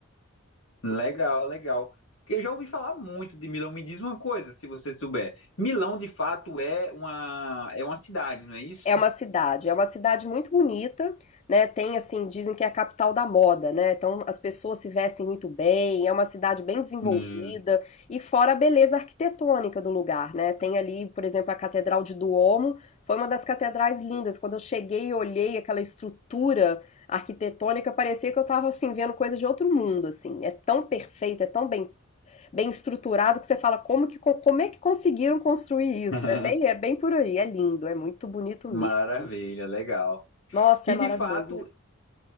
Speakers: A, on the left; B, on the left.
A: Legal, legal. Porque eu já ouvi falar muito de Milão. Me diz uma coisa, se você souber. Milão, de fato, é uma, é uma cidade, não é isso?
B: É uma cidade, é uma cidade muito bonita, né? Tem assim, dizem que é a capital da moda, né? Então as pessoas se vestem muito bem, é uma cidade bem desenvolvida
A: Hum.
B: e fora a beleza arquitetônica do lugar, né? Tem ali, por exemplo, a Catedral de Duomo, foi uma das catedrais lindas. Quando eu cheguei e olhei aquela estrutura arquitetônica, parecia que eu estava assim vendo coisa de outro mundo, assim. É tão perfeita, é tão bem bem estruturado que você fala como que como é que conseguiram construir isso?
A: <laughs>
B: É bem, é bem por aí, é lindo, é muito bonito
A: Maravilha,
B: mesmo.
A: legal.
B: Nossa,
A: E
B: é maravilhoso.
A: de fato,